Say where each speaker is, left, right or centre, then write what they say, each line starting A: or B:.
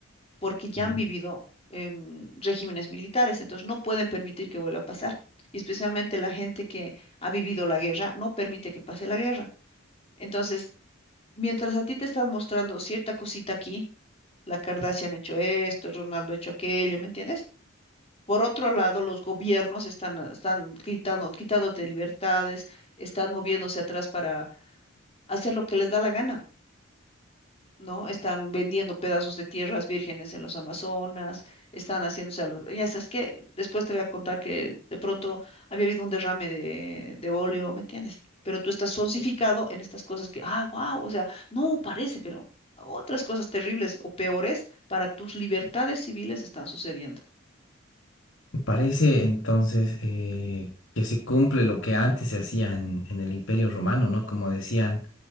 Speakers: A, on the left (about 30°); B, on the left (about 60°).
A: porque ya
B: ya.
A: han vivido em, regímenes militares, entonces no pueden permitir que vuelva a pasar. Y especialmente la gente que ha vivido la guerra no permite que pase la guerra. Entonces, mientras a ti te están mostrando cierta cosita aquí, la Kardashian ha hecho esto, el Ronaldo ha hecho aquello, ¿me entiendes? Por otro lado, los gobiernos están, ah, están quitando, quitándote libertades, están moviéndose atrás para hacer lo que les da la gana, ¿no? Están vendiendo pedazos de tierras vírgenes en los Amazonas, están haciéndose a los... Ya sabes que después te voy a contar que de pronto había habido un derrame de, de óleo, ¿me entiendes? Pero tú estás sonsificado en estas cosas que, ah, wow, o sea, no parece, pero otras cosas terribles o peores para tus libertades civiles están sucediendo.
B: Parece entonces eh, que se cumple lo que antes se hacía en, en el Imperio Romano, ¿no? Como decían,